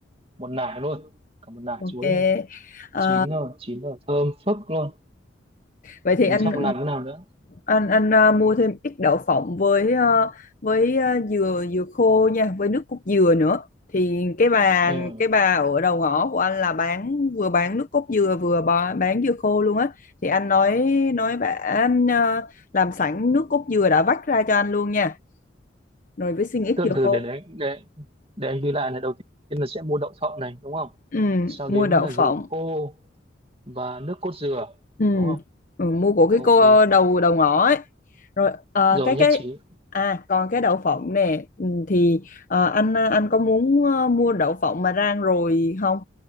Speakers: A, on the right; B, on the left.
A: một nải luôn cả một nải
B: ok
A: chuối này
B: Ờ,
A: chín rồi chín rồi thơm phức luôn
B: Vậy thì
A: ừ,
B: anh
A: xong làm thế nào nữa
B: anh anh ờ, mua thêm ít đậu phộng với ờ, với ờ, dừa dừa khô nha, với nước cốt dừa nữa. Thì cái bà
A: ừ.
B: cái bà ở đầu ngõ của anh là bán vừa bán nước cốt dừa vừa bò- bán dừa khô luôn á. Thì anh nói nói bà anh ờ, làm sẵn nước cốt dừa đã vắt ra cho anh luôn nha. Rồi với xin ít
A: từ
B: dừa
A: từ
B: khô.
A: để để để để anh ghi lại này đầu tiên là sẽ mua đậu phộng này đúng không
B: Ừ,
A: sau
B: mua
A: đến
B: đậu
A: là
B: phộng.
A: dừa khô và nước cốt dừa
B: Ừ.
A: đúng không
B: Ừ, mua của cái
A: ok
B: cô đầu đầu ngõ ấy. Rồi ờ,
A: rồi
B: cái
A: nhất
B: cái
A: trí
B: à còn cái đậu phộng nè ừ, thì ờ, anh anh có muốn ờ, mua đậu phộng mà rang rồi không?